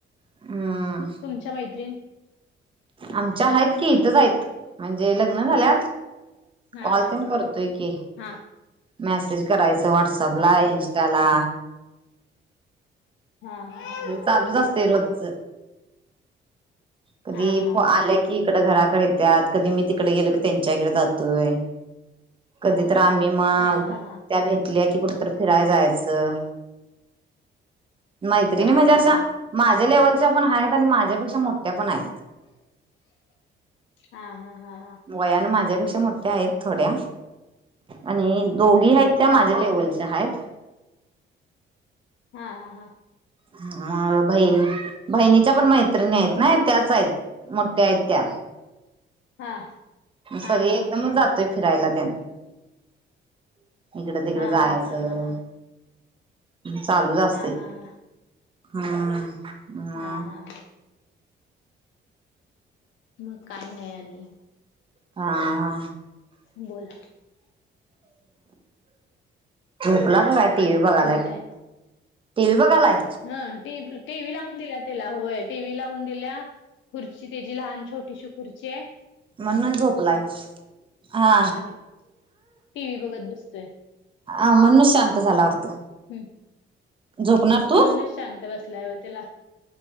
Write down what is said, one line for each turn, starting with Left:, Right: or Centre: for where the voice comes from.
Right: ह
Left: तुमच्या मैत्रीण
Right: आमच्या आहेत कि इथच आहेत म्हणजे लग्न झाल्यात
Left: हा
Right: कॉल
Left: हा
Right: तेण करतोय की
Left: हा
Right: मेसेज करायच व्हॉटसअपला
Left: हा
Right: इंस्टाला
Left: हा हा
Right: हे चालूच असते रोजच कधी
Left: हा हा हा हा
Right: प आल्या की त घरा कधी मी तिकडे गेलो की त्यांच्या इडे जातोय कधी तर आम्ही मग
Left: हा हा हा
Right: त्या भेटल्या की कुठ तर फिराय जायचं मैत्रिणी
Left: हा
Right: म्हणजे
Left: हा
Right: अशा माझ्या लेव्हलच्या पण आहेत आणि माझ्यापेक्षा मोठ्या पण आहेत
Left: हा हा हा हा
Right: वयान माझ्यापेक्षा मोठ्या आहेत थोड्या आणि दोघी आहेत त्या माझ्या
Left: हा हा हा हा हा
Right: लेवलच्या
Left: हा
Right: आहेत
Left: हा हा हा
Right: ह हा अ बहिणी बहिणीच्या पण मैत्रिणी आहेत ना त्याच आहेत मोठ्या आहेत त्या
Left: हा
Right: सगळे
Left: हा
Right: एकदमच जातोय फिरायला त्याना इकडं तिकडं
Left: हा
Right: जायचं
Left: हा हा हा हा
Right: चालूच असते
Left: हा हा हा हा हा हा
Right: हम्म म
Left: हा हा मग काही नाही आले.
Right: हा हा.
Left: बोल.
Right: झोपला का काय टी
Left: आणि
Right: व्ही बघायलाय.
Left: काय म्हणताय?
Right: टी वी बघालाय.
Left: हा टीव्ही लावून दिल्या त्याला होय टीव्ही लावून दिल्या खुर्ची त्याची लहान छटी श. पुरचे
Right: मण न झोपलाय हा.
Left: आणि टीव्ही बघत बसतोय
Right: अ मणू शांत झाला वाटतं.
Left: हम्
Right: झोपणार तू
Left: म्हणूनच शांत बसला आहे त्याला